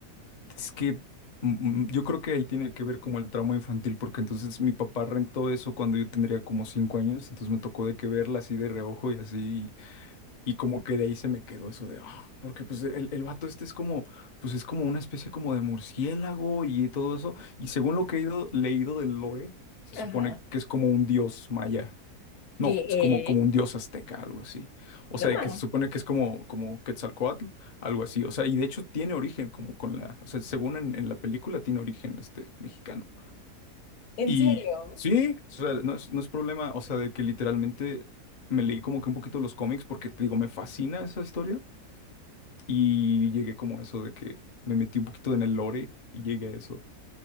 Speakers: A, on the left; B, on the left.
A: es que mm, mm, yo creo que ahí tiene que ver como el trauma infantil, porque entonces mi papá rentó eso cuando yo tendría como cinco años, entonces me tocó de que verla así de reojo y así, Y como que de ahí se me quedó eso de, ah, porque pues el, el vato este es como, pues es como una especie como de murciélago y todo eso. Y según lo que he ido, leído del lore, se supone
B: Ajá.
A: que es como un dios maya. No,
B: Que,
A: es
B: eh,
A: como, como un dios azteca, algo así. O
B: no
A: sea,
B: más,
A: que se supone que es como, como Quetzalcóatl, algo así. O sea, y de hecho tiene origen como con la, o sea, según en, en la película tiene origen este mexicano.
B: en
A: Y
B: serio.
A: sí, o sea, no es, no es problema, o sea, de que literalmente me leí como que un poquito los cómics porque te digo, me fascina esa historia y llegué como a eso de que me metí un poquito en el lore y llegué a eso.